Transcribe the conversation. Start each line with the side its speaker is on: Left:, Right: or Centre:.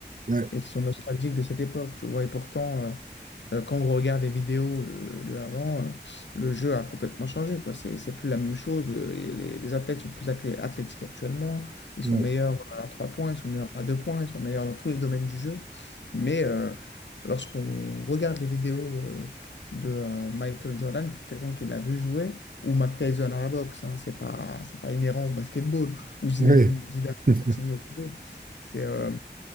Right: Ouais,
Left: et qu'ils sont nostalgiques de cette époque, tu vois, et pourtant, euh, Euh, quand on regarde les vidéos de, de avant, euh, le jeu a complètement changé, quoi. C'est, c'est plus la même chose. Le- et les, les athlètes sont plus athlé- athlétiques actuellement. Ils
Right: ouais,
Left: sont meilleurs à trois points, ils sont meilleurs à deux points, ils sont meilleurs dans tous les domaines du jeu. Mais euh, lorsqu'on regarde les vidéos euh, de euh, Michael Jordan, pour quelqu'un qui l'a vu jouer, ou Mike Tyson à la boxe, hein, c'est pas, c'est pas inhérent au basketball, ou Zinedine
Right: ouais.
Left: Zidane
Right: <laughs>
Left: Platini au football. C'est euh,